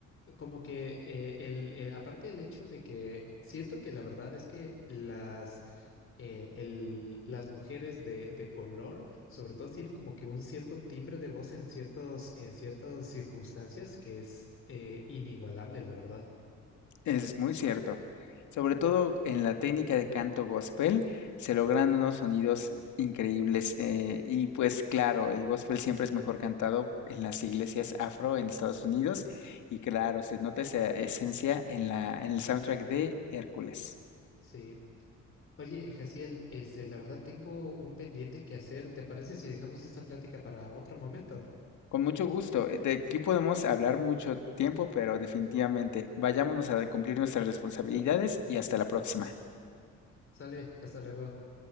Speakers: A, on the left; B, on the left.
A: como que eh, el, el- aparte del hecho de que siento que la verdad es que las, eh, el- las mujeres de, de color, sobre todo, tienen como que un cierto timbre de voz en ciertos, en ciertas circunstancias que es eh, inigualable, la verdad.
B: Es muy cierto. Sobre todo en la técnica de canto gospel se logran unos sonidos increíbles. eh, y pues claro, el gospel siempre es mejor cantado en las iglesias afro en Estados Unidos. Y claro, se nota esa esencia en la, en el soundtrack de Hércules.
A: Sí. Oye, Jaciel, este, la verdad tengo un pendiente que hacer. ¿Te parece si dejamos esta plática para otro momento?
B: Con mucho gusto. eh, De aquí podemos hablar mucho tiempo, pero definitivamente vayámonos a cumplir nuestras responsabilidades y hasta la próxima.
A: Sale, hasta luego.